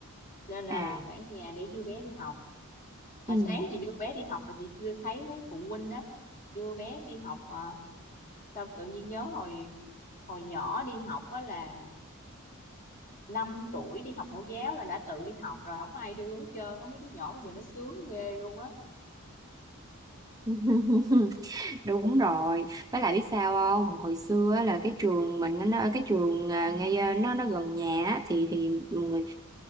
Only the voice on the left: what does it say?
nên là
phải ở nhà để đưa bé đi học. Và
sáng chị đưa bé đi học và chị chưa thấy mấy phụ huynh đó đưa bé đi học mà xong tự nhiên nhớ hồi hồi nhỏ đi học đó là 5 tuổi đi học mẫu giáo là đã tự đi học rồi không có ai đưa hết trơn á. mấy đứa nhỏ bây giờ nó sướng ghê luôn á